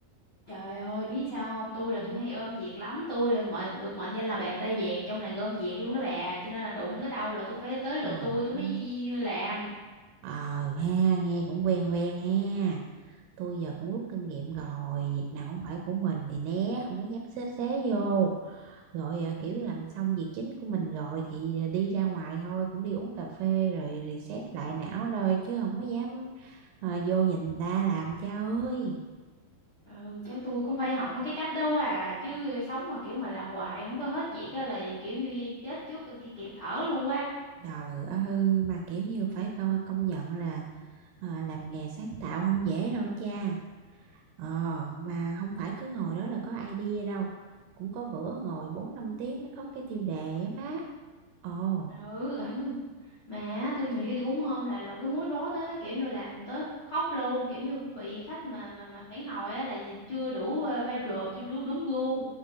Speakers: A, on the left; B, on the right.
A: Trời ơi biết sao không tôi là
B: Ừ.
A: tôi hay ôm việc lắm tôi là mệnh được mệnh danh là bàn tay vàng trong làng ôm việc luôn đó bà cho nên là đụng tới đâu là tôi phải tới lượt
B: Mà
A: tôi tôi
B: ờ,
A: mới làm
B: Ờ ha, nghe cũng quen quen ha. Tôi giờ cũng rút kinh nghiệm rồi, việc nào cũng phải của mình thì né, không có dám xế xế vô. rồi à, kiểu làm xong việc chính của mình rồi thì à, đi ra ngoài thôi cũng đi uống cà phê rồi reset lại não thôi chứ không có dám à, vô nhìn người ta làm cha ơi
A: ừ, chắc tôi cũng phải học mấy cái cách đâu à chứ sống mà kiểu mà làm hoài không có hết việc á là kiểu như chết trước rồi kia kịp thở luôn quá
B: trời ơi mà kiểu như phải co- công nhận là à, làm nghề sáng tạo không dễ đâu cha ờ mà không phải cứ ngồi đó là có idea đâu cũng có bữa ngồi 4 5 tiếng mới có cái tiêu đề á má ồ
A: ừ ừ Mà tôi nhiều khi tôi cũng hôm là là cái mood board á kiểu như làm tới khóc luôn kiểu như bị khách mà mà mà phản hồi á là gì- chưa đủ ờ, viral chưa đủ đúng gu